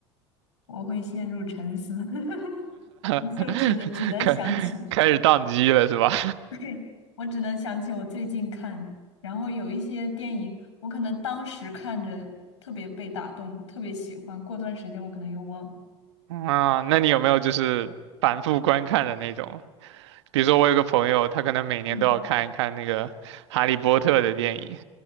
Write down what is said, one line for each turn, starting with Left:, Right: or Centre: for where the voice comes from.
Left: 我会陷入沉思，<laughs>
Right: <laughs>
Left: 就只能只能想起，
Right: 开开始宕机了是吧？
Left: 对，我只能想起我最近看的，然后有一些电影我可能当时看着特别被打动，特别喜欢，过段时间我可能又忘了。
Right: <laughs> 啊，那你有没有就是反复观看的那种？比如说我有个朋友，他可能每年都要看一看那个《哈利波特》的电影。
Left: 嗯